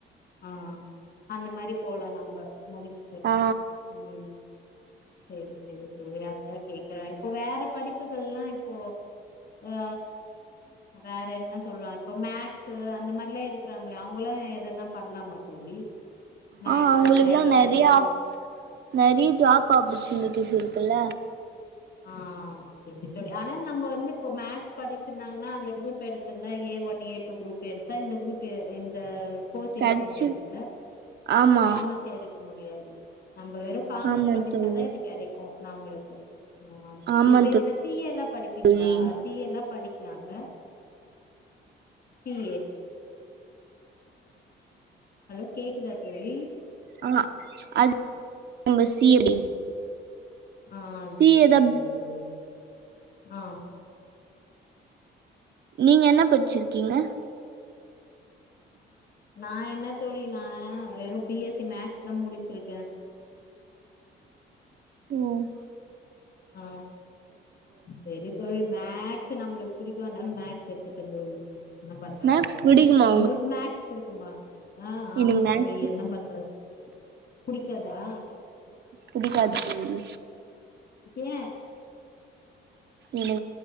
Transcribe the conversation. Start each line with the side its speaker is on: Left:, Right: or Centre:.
Left: ஆ அந்த மாரி போலா நம்ம முடிச்சுட்டு
Right: ஆ
Left: ம் சேரி சேரி தோழி அதா கேக்குற இப்போ வேற படிப்புகலா இப்போ அ வேற என்ன சொல்லா க்ஸ்க்கு அந்த மாரில்லா எடுக்கறாங்களே அவங்களா எதனா பண்ணலாமா தோழி மேக்ஸு
Right: ஆ அவங்களுக்குல்லா
Left: சயின்ஸு
Right: நெறைய
Left: அந்த மா
Right: ஆப் நெறைய ஜாப் ஆப்பர்ச்சுனிட்டிஸ் இருக்குல்ல
Left: ஆ சேரி தோழி ஆனா நம்ம வந்து இப்ப மேக்ஸ் படிச்சிருந்தாங்கன்னா அந்த குரூப் எடுத்திருந்தா A one A two group எடுத்தா இந்த குரூப் பே இந்த கோர்ஸ்
Right: கெடச்சு
Left: எடுக்க முடியாதுல்ல
Right: ஆமா
Left: காமர்ஸ் எடுக்க முடி தெயாது நம்ம வெறு காமர்ஸ்
Right: ஆமா
Left: படிச்சாதா
Right: தோழி
Left: இது கெடைக்கு நம்மளுக்கு அ தோழி
Right: ஆமா
Left: இப்ப இதுல சிஏ எல்லா படிப்பீங்களா
Right: தோழி
Left: சிஏ எல்லா படி கிலாங்கில பிஏ ஹலோ கேக்குதா தோழி
Right: ஆஹ் அது ஒங்க சி ஏ டி
Left: ஆ
Right: சி
Left: சரி
Right: ஏ தா
Left: சரி தோழி ஆ
Right: நீங்க என்னா படிச்சிருக்கீங்க
Left: நா என்னா தோழினா வெறு பி எஸ்சி மேக்ஸ் தா முடிச்சிருக்கே
Right: உம்
Left: ஆ செரி தோழி நா ஸ் நம்மளுக்கு புறி -னால மேக்ஸ் எடுத்து தந்த என்ன பண்றது
Right: மேக்ஸ் புடிக்குமா
Left: உங்களுக்கு மேக்ஸ் பிடிக்குமா ஆ
Right: எனக்கு
Left: ஆமான்
Right: மேக்ஸ்
Left: தோழி என்ன பண்றது புடிக்காதா
Right: பிடிக்காது தோழி
Left: ஏ
Right: இல்ல